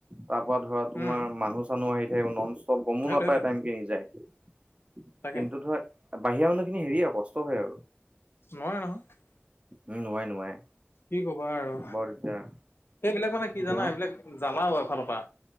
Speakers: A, on the right (about 30°); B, on the left (about 65°).
A: তাৰ পৰা ধৰা তোমাৰ
B: উম
A: মানুহ চানুহ আহি থাকে নন চব গমো
B: সেইটোৱে
A: নাপায়
B: সেইটোৱে
A: টাইম কেনি যায় কিন্তু
B: তাকে
A: ধৰা বাহিৰা মানুহখিনি হেৰি আৰু কষ্ট হয় আৰু।
B: নোৱাৰে নহয়।
A: উম নোৱাএ নোৱাৰে।
B: কি কবা আৰু
A: বৰ দিগদাৰ
B: সেইবিলাক মানে কি
A: তেওঁ
B: জানা এইবিলাক জ্বালাও এফালৰ পৰা।